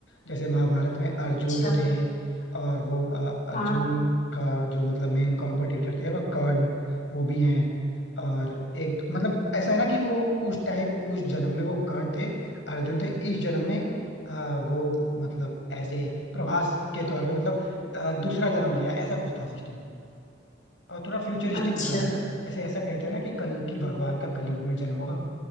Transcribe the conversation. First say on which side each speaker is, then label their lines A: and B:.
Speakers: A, on the left (about 80°); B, on the left (about 45°).
A: जैसे महाभारत में अर्जुन
B: अच्छा
A: जो थे और वो अ, अर्जुन
B: हाँ
A: का जो मतलब मेन कॉम्पिटिटर थे वो कर्ण वो भी हैं और एक मतलब ऐसा है ना कि वो उस टाइम उस जन्म में वो कर्ण थे अर्जुन थे इस जन्म में हाँ वो मतलब ऐसे प्रभास के तौर पे मतलब अ, दूसरा जन्म लिया ऐसा कुछ था सिस्टम और थोड़ा फ्यूचरिस्टिक
B: अच्छा
A: दिखा दे जैसे ऐसा कहते हैं ना कि कल की भगवान का कलयुग में जन्म होगा